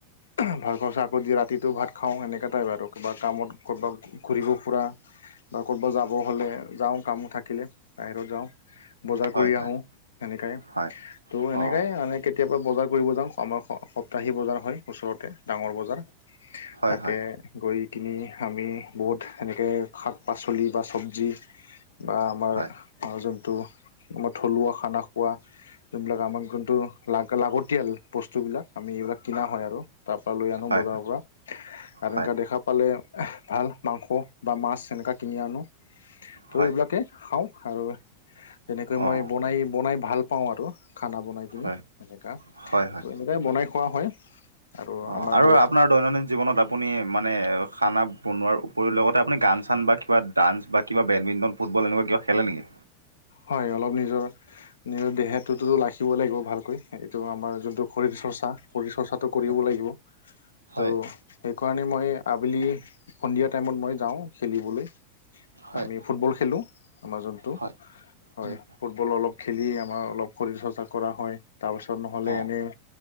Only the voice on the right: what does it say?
হয়
হয় হয়
হয়
অঁ
হয়
হয়
হয়
হয়
হয়
হয়
হয়
অঁ
হয় হয়
হয় হয় হয়
অ'
আৰু
আপোনাৰ দৈনন্দিন জীৱনত আপুনি মানে খানা বনোৱাৰ উপৰিও লগতে আপুনি গান - চান বা কিবা ডাঞ্চ বা কিবা বেডমিণ্টন, ফুটবল এনেকুৱা কিবা খেলা নেকি?
হয়,
হয়,
হয়,
হয়,
উম,
অ',